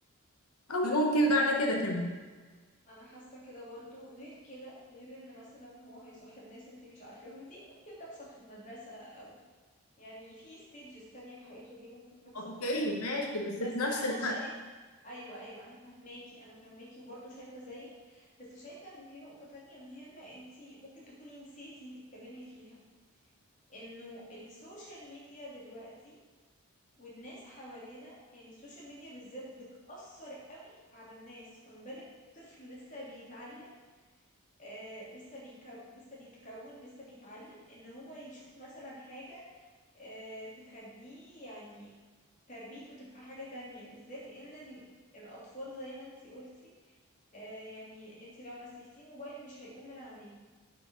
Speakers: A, on the left; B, on the left.
A: أو ممكن بعد كده كمان
B: انا حاسه كده برضو غير كده غير ان مثلا هو هيصاحب ناس انتي مش عارفاهم دي ممكن تحصل في المدرسه او يعني في ستيجز تانية في حياته دي ممكن تحصل
A: اوكي
B: فيها
A: ماشي بس
B: بس
A: في نفس
B: انا
A: الوقت
B: شايف ايوه ايوه انا فاهماكي انا فاهماكي وبرضو شايفه زيك بس شايفه ان في نقطه تانية مهمه انتي ممكن تكوني نسيتي تتكلمي فيها انه السوشيال ميديا دلوقتي والناس حوالينا يعني السوشيال ميديا بالذات بتأثر قوي على الناس فما بالك طفل لسه بيتعلم آه لسه بيكو لسه بيتكون لسه بيتعلم ان هو يشوف مثلا حاجة آه تخليه يعني تربيته تبقى حاجة تانية بالذات ان ال- الأطفال زي ما انتي قلتي آه يعني انتي لو مسكتيه موبايل مش هيقوم من عليه